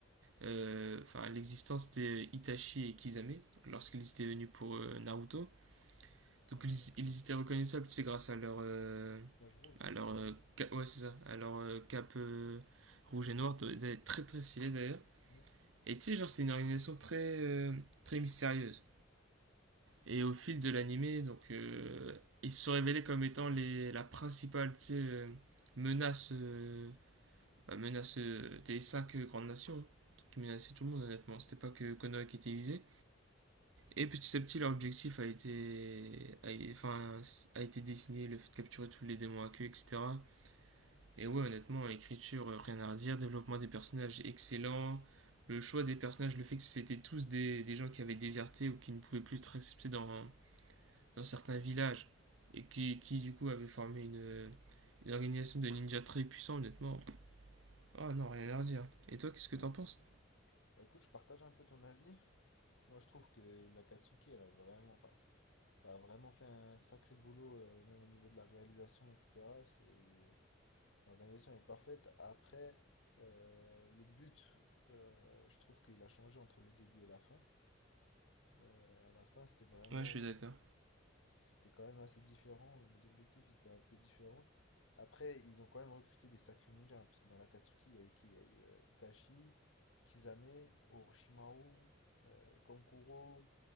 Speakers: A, on the right (about 85°); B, on the left (about 85°).
A: euh, enfin, l'existence, c'était Itachi et Kisame lorsqu'ils étaient venus pour euh, Naruto. Donc ils, ils étaient reconnaissables, tu sais, grâce à leur, euh,
B: Nuage rouge.
A: à leur, euh, ca- ouais, c'est ça, à leur euh, cape euh, rouge et noir, très très stylé d'ailleurs.
B: Hmm.
A: Et tu sais, genre, c'est une organisation très, euh, très mystérieuse. Et au fil de l'animé, donc, euh, ils se sont révélés comme étant les, la principale tu sais, euh, menace, euh, bah, menace euh, des cinq euh, grandes nations, hein, qui menaçaient tout le monde honnêtement. C'était pas que Konoha qui était visé. Et petit à petit, leur objectif a été, a, enfin, a été dessiné, le fait de capturer tous les démons à queue, etc. Et ouais, honnêtement, écriture, euh, rien à redire, développement des personnages excellent, le choix des personnages, le fait que c'était tous des, des gens qui avaient déserté ou qui ne pouvaient plus être acceptés dans, dans certains villages et qui, qui du coup avait formé une, euh, une organisation de ninjas très puissant honnêtement. Oh non, rien à leur dire. Et toi, qu'est-ce que
B: Ouais.
A: t'en penses
B: Bah écoute, je partage un peu ton avis. Moi, je trouve que la Katsuki, elle a vraiment, enfin, ça ça a vraiment fait un sacré boulot, euh, même au niveau de la réalisation, etc. C'est... L'organisation est parfaite. Après, euh, le but, euh, je trouve qu'il a changé entre le début et la fin. Euh, à la fin, c'était vraiment,
A: Ouais, je suis d'accord.
B: euh, c- c'était quand même assez différent. Les objectifs étaient un peu différents. Après, ils ont quand même recruté des sacrés ninjas, hein, parce que dans la Katsuki, il y a eu qui? Il y a eu euh, Itachi, Kisame, Orochimaru, euh, Kankuro.